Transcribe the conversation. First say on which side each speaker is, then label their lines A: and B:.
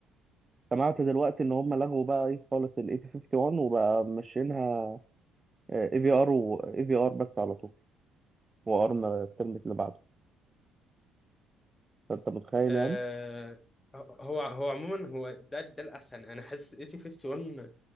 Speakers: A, on the right (about 25°); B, on the left (about 20°).
A: سمعت دلوقتي ان هم لغوا بقى ايه خالص الاي تي 51 وبقى ماشيينها اي في ار واي في ار بس على طول وارم الترم اللي بعده فانت متخيل
B: آه
A: يعني
B: هو هو عموما هو ده ده الأحسن أنا حاسس 8051